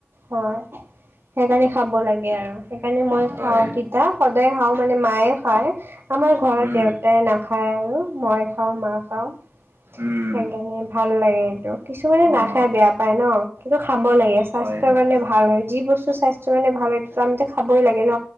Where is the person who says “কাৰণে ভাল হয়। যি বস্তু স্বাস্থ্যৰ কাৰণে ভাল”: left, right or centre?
Right